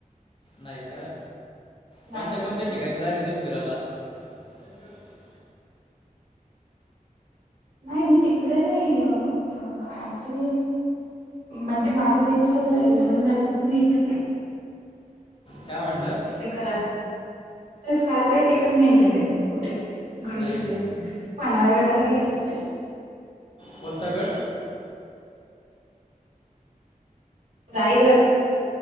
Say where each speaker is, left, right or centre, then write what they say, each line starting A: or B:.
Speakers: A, on the left; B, on the right.
A: नाही का,
B: नाही
A: कोणत्या-कोणत्या ठिकाणी जायेल तुम्ही फिरायला? जंग <unintelligible>
B: नाही मी, तिकड नाही अ अं क्चुली, म्हणजे माझं इथं, लग्न झाल्या पासून इथच य.
A: काय म्हटलं
B: हे करा, फार काही तिकड नही केलेल म कुठे असे, गड
A: नाही
B: किल्ले?
A: का
B: पानाळ् गडाला गेलेले होते.
A: कोणता गड?
B: रायगड.